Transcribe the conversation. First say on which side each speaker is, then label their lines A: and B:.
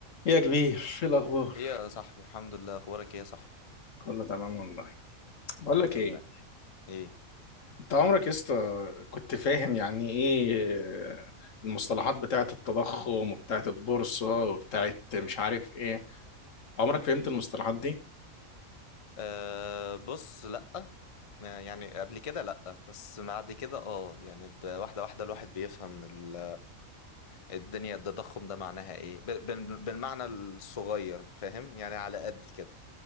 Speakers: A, on the left; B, on the left.
A: يا كبير ايه الاخبار
B: ايه يا صاحبي الحمد لله اخبارك ايه يا صاحبي
A: كله تمام والله بقول
B: الحمد
A: لك ايه
B: لله ايه
A: انت عمرك يا اسطى كنت فاهم يعني ايه المصطلحات بتاعه التضخم وبتاعه البورصه وبتاعه مش عارف ايه عمرك فهمت المصطلحات دي
B: أه بص لأ ما- يعني قبل كده لأ بس بعد كده اه يعني ده واحدة واحدة الواحد بيفهم ال- الدنيا التضخم ده معناها ايه ب- بال- بالمعنى الصغير فاهم يعني على قد كده